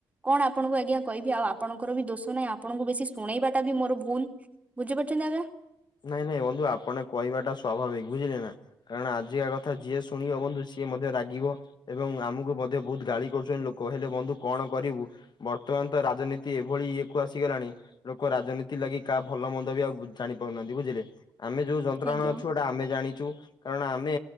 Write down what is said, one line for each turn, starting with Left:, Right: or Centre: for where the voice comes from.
Right: କଣ ଆପଣଙ୍କୁ ଆଜ୍ଞା କହିବି ଆଉ ଆପଣଙ୍କର ବି ଦୋଷ ନାହିଁ ଆପଣଙ୍କୁ ବେଶୀ ଶୁଣେଇବା ଟା ବି ମୋର ଭୁଲ୍ ବୁଝିପାରୁଛନ୍ତି ଆଜ୍ଞା।
Left: ନାଇଁ ନାଇଁ ବନ୍ଧୁ ଆପଣ କହିବା ଟା ସ୍ୱାଭାବିକ ବୁଝିଲେ ନା କାରଣ ଆଜିକା କଥା ଯିଏ ଶୁଣିବ ବନ୍ଧୁ ସିଏ ମଧ୍ୟ ରାଗିବ ଏବଂ ଆମକୁ ମଧ୍ୟ ବହୁତ ଗାଳି କରୁଛନ୍ତି ଲୋକ ହେଲେ ବନ୍ଧୁ କଣ କରିବୁ। ବର୍ତ୍ତମାନ୍ ତ ରାଜନୀତି ଏଭଳି ଇଏକୁ ଆସିଗଲାଣି ଲୋକ ରାଜନୀତି ଲାଗି କାହା ଭଲ ମନ୍ଦ ବି ଆଉ ବୁ ଜାଣି କରୁ ନାହାନ୍ତି ବୁଝିଲେ ଆମେ ଯୋଉ ଯନ୍ତ୍ରଣା
Right: ଆଜ୍ଞା
Left: ଅଛୁଟା
Right: ଆଜ୍ଞା
Left: ଆମେ ଜାଣିଛୁ କାରଣ ଆମେ